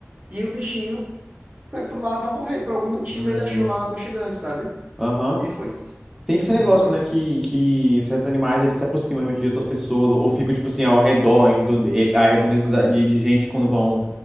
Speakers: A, on the right; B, in the centre.
A: E o bichinho foi pro- lá pra morrer, por algum motivo
B: É.
A: ele achou lá aconchegante, sabe?
B: Aham.
A: E foi-se.
B: Tem esse
A: E foi
B: negócio,
A: muito doloroso.
B: né, que, que certos animais eles se aproximam realmente de outras pessoas, ou, ou ficam, tipo assim, ao redor, em redonde- a redondeza da- de, de gente quando vão,